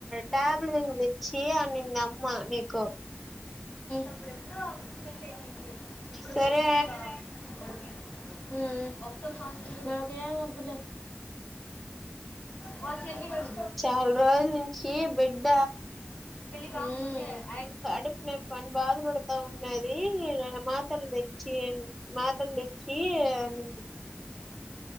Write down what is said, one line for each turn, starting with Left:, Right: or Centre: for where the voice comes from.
Centre: టాబ్. ఈరోజు తేచ్చి అవి నిన్న అమ్మా ఆహ్ ‌నీకు.
Left: అప్పుడేప్పుడు అప్ చేయ్. అయిపోంది ఇప్పుడు ఒకేసారి
Centre: సరే
Left: <unintelligible> ఉమ్ నాకేం వద్దులే. భోంచేతి ఈరోజు.
Centre: చాలా రోజుల నుంచి బిడ్డ.
Left: ఉమ్మ్.
Centre: కడుపు నోప్పీ అని బాధ పడతా ఉన్నది మాత్రలు తెచ్చి ఇయ్యండి. మాతన్ తెచ్చు. ఏ అని అంది.